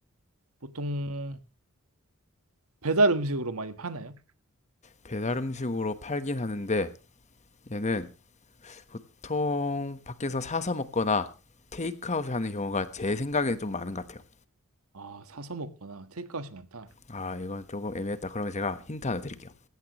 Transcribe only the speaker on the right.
보통 배달 음식으로 많이 파나요?
아, 사서 먹거나 테이크아웃이 많다.